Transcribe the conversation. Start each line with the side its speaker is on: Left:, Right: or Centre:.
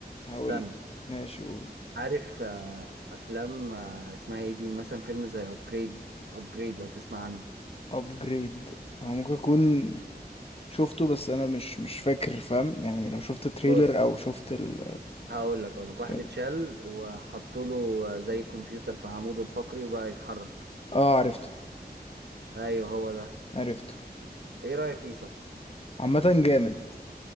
Left: هقول
Right: استنى
Left: ماشي قول
Right: عارف آه، افلام آه، اسمها ايه دي مثلا فيلم زي ابجريد ابجريد لو تسمع عنه
Left: ابجريد هو ممكن اكون شفته بس انا مش مش فاكر فاهم يعني لو شفت تريلر
Right: بص
Left: او شفت ال
Right: هقول لك اقول لك واحد
Left: ال-
Right: اتشال وحطوا له زي كمبيوتر في عموده الفقري وبقى يتحرك
Left: اه عرفته
Right: ايوه هو ده
Left: عرفته
Right: ايه رأيك فيه صح
Left: عامة جامد